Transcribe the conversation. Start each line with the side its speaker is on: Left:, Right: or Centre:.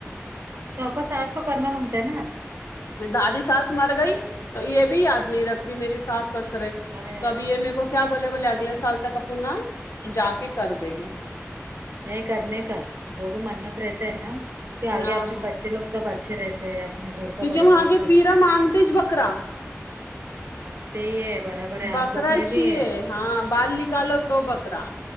Right: <inaudible> ساس تو کرنا منتا ہےا
Left: دادی ساس مر گئی تو یہ بھی یاد نہیں رکھ رہی میری ساس سسرے
Right: ارے
Left: تو اب یہ میرے کو کیا بولے بولے اگلے سال تک اپ نہ جا کے کر دے گے
Right: نہیں کرنے کا جو بھی منت رہتا ہے نا کیونکہ آگے
Left: ہاں
Right: اپنے ب بچے لوگ سب اچھے رہتے ہیں اپنے گھر کا
Left: کیونکہ
Right: پریوار
Left: وہاں کے
Right: سب
Left: پیرا مانگتے تیچ بکرا
Right: مانگتے ہی ہے برابر ہے
Left: بکرا
Right: ہم لوگ میں
Left: ہی چاہیے
Right: بھی ہے
Left: ہاں بال نکالو تو بکرا